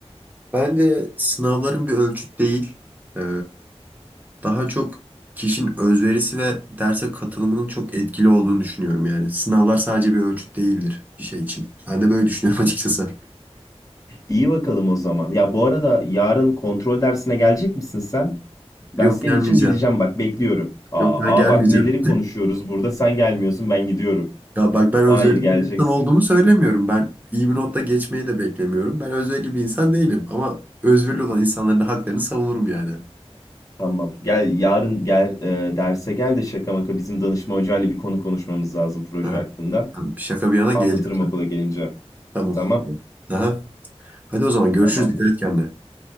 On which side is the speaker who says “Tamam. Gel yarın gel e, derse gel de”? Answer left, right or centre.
Left